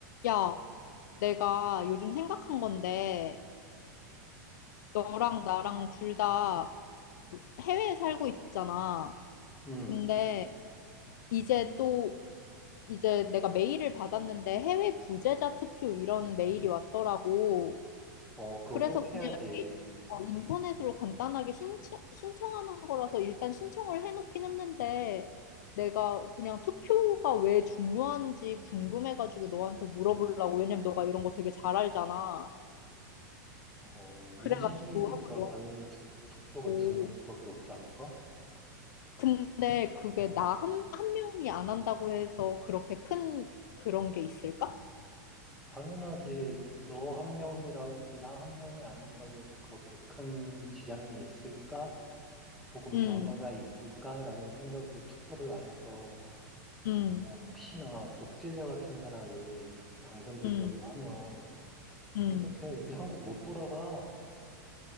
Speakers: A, on the left; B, in the centre.
A: 야, 내가 요즘 생각한 건데, 너랑 나랑 둘 다 해외에 살고 있잖아.
B: 음,
A: 근데 이제 또, 이제 내가 메일을 받았는데 해외 부재자 투표 이런 메일이 왔더라고.
B: 어, 그거
A: 그래서
B: 꼭
A: 그냥
B: 해야지.
A: 이게, 어, 인터넷으로 간단하게 신청, 신청하는 거라서 일단 신청을 해놓긴 했는데, 내가 그냥 투표가 왜 중요한지 궁금해가지고 너한테 물어보려고. 왜냐면 너가 이런 거 되게 잘 알잖아.
B: 어, 민주주의니까
A: 그래가지고 한번
B: 당연히 주- 투표가
A: 오.
B: 중요할 수밖에 없지 않을까?
A: 근데 그게
B: 음,
A: 나 한, 한 명이 안 한다고 해서 그렇게 큰 그런 게 있을까?
B: 당연하지. 너 한 명이라, 나 한 명이 안 한다고 해서 그렇게 큰 지장이 있을까? 혹은
A: 음,
B: 변화가 있을까라는 생각으로 투표를 안 해서,
A: 음,
B: 어, 혹시나 독재자 같은 사람이 당선되기라도
A: 음,
B: 하면,
A: 음.
B: 어떡해, 우리 한국 못 돌아가.